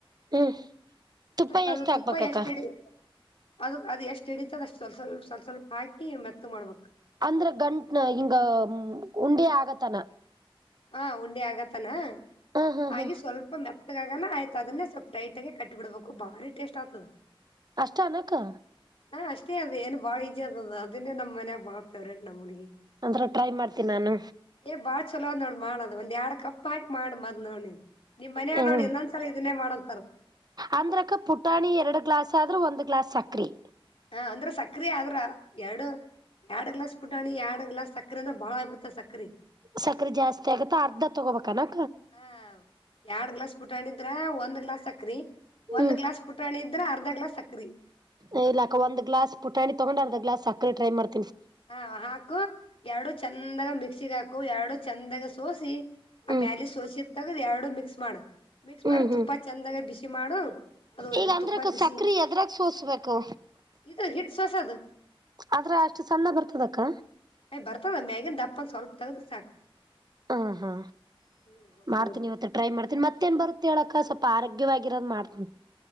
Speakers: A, on the right; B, on the left.
A: ಹ್ಮ್ ತುಪ್ಪ
B: ಮ ಅದು
A: ಎಷ್ಟ ಹಾಕ್ಬೇಕಕ್ಕ
B: ತುಪ್ಪ ಎಷ್ಟ್ ಇಡಿ ಅದು ಅದ್ ಎಷ್ಟ್ ಹಿಡಿತದಷ್ಟು ಸ್ವಲ್ ಸ್ವಲ್ ಸ್ವಲ್ ಸ್ವಲ್ಪ್ ಹಾಕಿ ಮೆತ್ತುಗ್ ಮಾಡ್ಬೇಕ
A: ಅಂದ್ರೆ ಗಂಟ್ನ ಹಿಂಗ ಉಂಡೆ ಆಗತನ
B: ಹ ಉಂಡೆ ಆಗತನಾ
A: ಹ ಹ
B: ಹಾಗಿ
A: ಹ
B: ಸ್ವಲ್ಪ ಮೆತ್ ಮೆತ್ಗಾಗನ ಆಯ್ತ್ ಅದ್ನೇ ಸ್ವಲ್ಪ ಟೈಟಗಿ ಕಟ್ಬಿಡ್ಬೇಕು ಬಾರಿ ಟೇಸ್ಟ್ ಆತದ.
A: ಅಷ್ಟ ಅನಕ್ಕ
B: ಹಾ ಅಷ್ಟೇ ಅದು ಏನು ಬಾಳ ಈಜಿ ಅದದು, ಅದನ್ನೇ ನಮ್ ಮನ್ಯಾಗ್ ಬಾಳ್ ಫೇವ್ರೇಟ್ ನಮ್ ಹುಡ್ಗಿಗ್
A: ಅಂದ್ರ ಟ್ರೈ ಮಾಡ್ತೀನ್ ನಾನು
B: ಏ ಬಾಳ್ ಚಲೋ ಅದ್ ನೋಡ್ ಮಾಡದ್ ಒಂದ್ ಎರಡ್ ಕಪ್ ಹಾಕಿ ಮಾಡ ಮದ್ ನೋಡ್ ನೀನು ನಿಮ್ ಮನೆ
A: ಹ್ಮ್
B: ಓರ್ ನೋಡ್ ಇನ್ನೊಂದ್ಸಲ ಇದನ್ನೇ ಮಾಡಂತಾರ
A: ಅಂದ್ರಕ್ಕ ಪುಟಾಣಿ ಎರ್ಡ್ ಗ್ಲಾಸ್ ಆದ್ರ ಒಂದ್ ಗ್ಲಾಸ್ ಸಕ್ರಿ
B: ಹ ಅಂದ್ರಿ ಸಕ್ರಿ ಆದ್ರ ಎರ್ಡು ಎರ್ಡ್ ಗ್ಲಾಸ್ ಪುಟಾಣಿ, ಎರ್ಡ್ ಗ್ಲಾಸ್ ಸಕ್ರೆ ಅಂದ್ರೆ ಬಾಳ ಆಗ್ ಬಿಡ್ತದ್ ಸಕ್ರಿ
A: ಸಕ್ರೆ ಜಾಸ್ತಿ ಆಗುತ್ ಅರ್ಧ ತೊಗೋಬೇಕನ
B: ಹಾ ಎರಡ್ ಗ್ಲಾಸ್ ಪುಟಾಣಿದ್ರ ಒಂದ್ ಗ್ಲಾಸ್ ಸಕ್ರಿ
A: ಹ್ಮ್
B: ಒಂದ್ ಗ್ಲಾಸ್ ಪುಟಾಣಿ ಇದ್ರ, ಅರ್ಧ ಗ್ಲಾಸ್ ಸಕ್ರಿ
A: ಇಲ್ಲಾಕ್ಕ ಒಂದ್ ಗ್ಲಾಸ್ ಪುಟಾಣಿ ತೊಗೊಂಡ್ ಗ್ಲಾಸ್ ಸಕ್ರೆ ಟ್ರೈ ಮಾಡ್
B: ಹ ಹಾಕು, ಎರ್ಡು ಚಂದಗ ಮಿಕ್ಸಿಗ್ ಹಾಕು ಎರ್ಡು ಚಂದಗ ಸೋಸಿ ಆ
A: ಹ್ಮ್
B: ಮ್ಯಾಲಿದ್ ಸೋಸಿ ತಗ್ದ್ ಎರಡು ಮಿಕ್ಸ್ ಮಾಡು, ಮಿಕ್ಸ್
A: ಹ್ಮ್
B: ಮಾಡ್
A: ಹ್ಮ್
B: ತುಪ್ಪ ಚಂದಗ ಬಿಸಿ ಮಾಡು ಅದು
A: ಈಗ ಅಂದ್ರಕ್ಕ
B: ತುಪ್ಪ ಬಿಸಿ
A: ಸಕ್ರಿ ಎದ್ರಾಗ್ ಸೋಸ್ಬೇಕು?
B: ಇದು ಹಿಟ್ ಸೋಸದು
A: ಆದ್ರಗ್ ಅಷ್ಟ್ ಸಣ್ಣ ಬರ್ತದಕ್ಕ
B: ಹೆ ಬರ್ತದ ಮ್ಯಾಗನ್ ದಪ್ಪಂದ್ ಸ್ವಲ್ಪ ತಗ್ದ್ರ್ ಸಾಕ್
A: ಹಾ ಹಾ
B: ಹ್ಮ್ ಒಂದ್
A: ಮಾಡ್ತೀನಿ
B: ಸ್ವಲ್ಪ
A: ಇವತ್ ಟ್ರೈ ಮಾಡ್ತೀನಿ, ಮತ್ತೇನ್ ಬರುತ್ತ ಹೇಳಕ್ಕ ಸ್ವಲ್ಪ ಆರೋಗ್ಯವಾಗಿರೋದ್ ಮಾಡ್ತಿನಿ